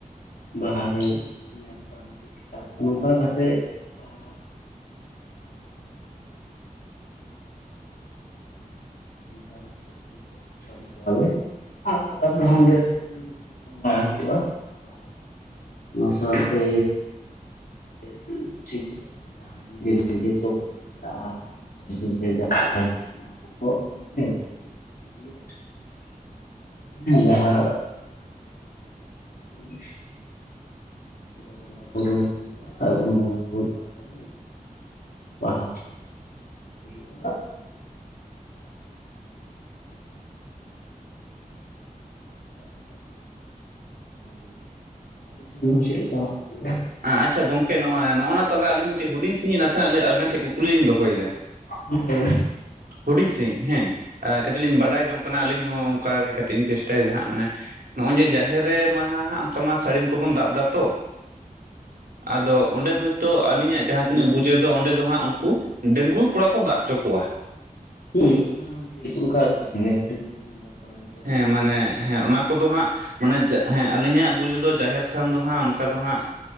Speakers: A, on the left; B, on the right.
A: ᱵᱟᱦᱟ ᱨᱮ ᱱᱮᱣᱛᱟ ᱠᱟᱛᱮ <unintelligible> ᱴᱷᱤᱠ ᱴᱷᱟᱠ ᱱᱚᱝᱠᱟ ᱠᱟᱛᱮᱜ ᱵᱟᱦᱟ <unintelligible> <unintelligible> <unintelligible> <unintelligible> ᱚᱱᱟ ᱥᱟᱶ ᱛᱮ <unintelligible> <unintelligible> <unintelligible>
B: <inaudible>
A: ᱦᱮᱸ ᱡᱟᱦᱟᱸ <unintelligible> ᱵᱚᱸᱜᱟ ᱵᱩᱨᱩ ᱦᱩᱭᱩᱜᱼᱟ ᱟᱨ ᱵᱚᱸᱜᱟ ᱵᱩᱨᱩ ᱛᱟᱞᱟ ᱛᱮ ᱵᱟᱦᱟ ᱫᱚ ᱦᱩᱭᱩᱜᱼᱟ <unintelligible> <unintelligible> ᱟᱯᱮ <unintelligible> ᱦᱩᱭᱩᱜᱼᱟ?
B: ᱟᱸᱟᱪᱪᱷᱟ ᱜᱚᱝᱠᱮ ᱱᱚᱣᱟ ᱱᱚᱜ ᱚᱱᱟ ᱛᱟᱞᱮ ᱟᱹᱞᱤᱧ ᱢᱤᱫᱴᱤᱡ ᱦᱩᱰᱤᱧ ᱥᱟᱸᱦᱤᱡ ᱱᱟᱥᱮᱱᱟᱜ ᱞᱟᱹᱭ ᱟᱵᱮᱱ ᱴᱷᱮᱡ ᱠᱩᱞᱤᱧ ᱫᱚᱦᱚᱭᱫᱟ?
A: ᱞᱟᱹᱭ ᱵᱤᱱ
B: ᱦᱩᱰᱤᱧ ᱥᱟᱺᱦᱤᱡ ᱦᱮᱸ ᱮ ᱠᱟᱹᱴᱤᱡ ᱞᱤᱧ ᱵᱟᱰᱟᱭ ᱡᱚᱝ ᱠᱟᱱᱟ ᱟᱹᱞᱤᱧ ᱦᱚᱸ ᱚᱱᱠᱟ ᱜᱮ ᱠᱟᱹᱴᱤᱡ ᱤᱧ ᱪᱮᱥᱴᱟᱭ ᱫᱟ ᱦᱟᱸᱜ ᱢᱟᱱᱮᱼᱼ ᱱᱚᱜᱼᱚᱭ ᱡᱮ ᱡᱟᱦᱮᱨ ᱨᱮ ᱢᱟᱦᱟ ᱦᱟᱸᱜ ᱚᱝᱠᱟ ᱢᱟ ᱥᱟᱹᱲᱤᱢ ᱠᱚᱵᱚᱱ ᱫᱟᱵ ᱫᱟᱛᱚᱼᱼ ᱟᱫᱚ ᱚᱸᱰᱮ ᱦᱳᱭ ᱛᱚ ᱟᱹᱞᱤᱧᱟᱜ ᱡᱟᱦᱟᱸ ᱛᱤᱱᱟᱹᱜ ᱵᱩᱡᱟᱹᱣ ᱫᱚ ᱚᱸᱰᱮ ᱫᱚ ᱦᱟᱸᱜ ᱩᱱᱠᱩ ᱰᱟᱹᱝᱜᱩᱣᱟᱹ ᱠᱚᱲᱟ ᱠᱚ ᱫᱟᱵ ᱪᱚ ᱠᱚᱣᱟ᱾
A: ᱩᱸ ᱚᱱᱟ ᱦᱚᱸ ᱴᱷᱤᱠ ᱚᱝᱠᱟ ᱠᱟᱱ ᱜᱮᱭᱟ᱾ ᱠᱚᱲᱟ ᱜᱤᱫᱟᱹᱨ
B: ᱦᱮᱸ
A: ᱠᱚ
B: ᱢᱟᱱᱮ ᱦᱮᱸ ᱚᱱᱟ ᱠᱚᱫᱚ ᱦᱟᱸᱜ ᱢᱟᱱᱮ ᱦᱮᱸ ᱟᱹᱞᱤᱧᱟᱜ ᱵᱩᱡᱷᱟᱹᱣ ᱫᱚ ᱡᱟᱦᱮᱨ ᱛᱷᱟᱱ ᱫᱚ ᱦᱟᱸᱜ ᱚᱝᱠᱟ ᱫᱚ ᱦᱟᱸᱜ